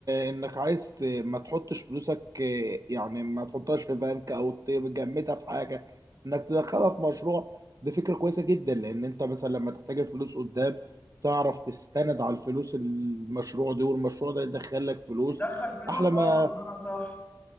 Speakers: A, on the right (about 50°); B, on the left (about 20°).
A: انك عايز ت- ما تحطش فلوسك يعني ما تحطهاش في بنك او تجمدها في حاجة انك تدخلها في مشروع دي فكرة كويسة جدا لان انت مثلا لما تحتاج الفلوس قدام تعرف تستند على الفلوس المشروع دي والمشروع ده يدخل لك فلوس
B: ندخل فلوس
A: احلى ما
B: اه بمعنى صح